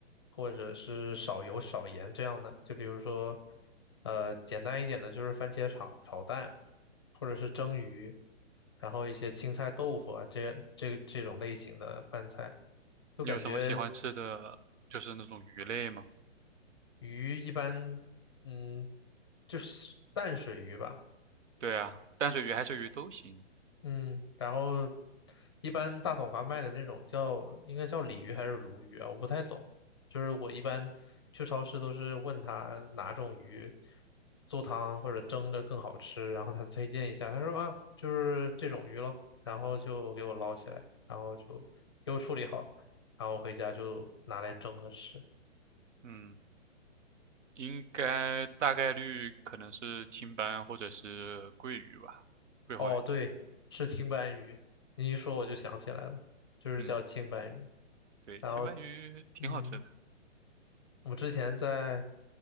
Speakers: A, on the left; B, on the right.
A: 或者是少油少盐这样的。就比如说，呃，简单一点的就是番茄炒炒蛋，或者是蒸鱼，然后一些青菜豆腐啊，这这这种类型的饭菜，就感觉
B: 你有什么喜欢吃的，就是那种鱼类吗？
A: 鱼一般，嗯，就是淡水鱼吧。
B: 对啊，淡水鱼、海水鱼都行。
A: 嗯，然后一般大统华卖的那种叫应该叫鲤鱼还是鲈鱼啊？我不太懂，就是我一般去超市都是问他哪种鱼做汤或者蒸着更好吃，然后他推荐一下，他说啊就是这种鱼咯，然后就给我捞起来，然后就给我处理好，然后回家就拿来蒸着吃。
B: 嗯。应该大概率可能是青斑或者是桂鱼吧，桂花鱼。
A: 哦，对，是青斑鱼，你一说我就想起来了，就是叫青斑鱼，
B: 嗯，对，
A: 然后。
B: 青斑鱼挺好吃的，
A: 嗯，我之前在